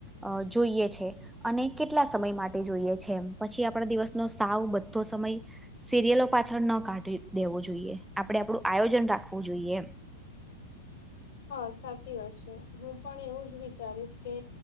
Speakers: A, in the centre; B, on the left.
A: અ જોઈએ છે. અને કેટલા સમય માટે જોઈએ છે એમ. પછી આપડા દિવસનો સાવ બધો સમય સિરિયલો પાછળ ના ના કાઢી દેવું જોઈએ. આપડે આપડુ આયોજન રાખવું જોઈએ એમ.
B: હા, સાચી વાત છે. હું પણ એવું જ વિચારીશ કે